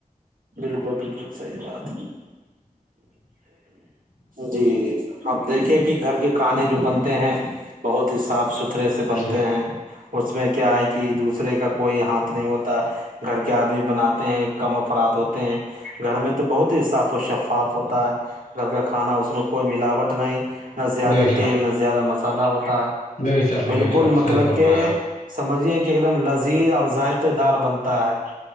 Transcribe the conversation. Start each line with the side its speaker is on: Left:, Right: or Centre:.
Right: بالکل بالکل صحیح بات جی آپ دیکھے کہ گھر کے کھانے جو بنتے ہیں بہت ہی صاف ستھرے سے بنتے
Left: جی
Right: ہیں اس میں کیا ہے کہ دوسرے کا کوئی ہاتھ نہیں ہوتا گھر کے آدمی بناتے ہیں کم افراد ہوتے ہیں گھر میں تو بہت ہی صاف و شفاف ہوتا ہے گھر کا کھانا اس میں کوئی ملاوٹ نہیں نہ زیادہ
Left: بے شک
Right: تیل نہ زیادہ مسالحہ ہوتا ہے
Left: بے شک
Right: بالکل
Left: بے شک
Right: مطلب
Left: صحیح فرمایا
Right: کہ سمجھیے کہ ایک دم لذیذ اور ذائقے دار بنتا ہے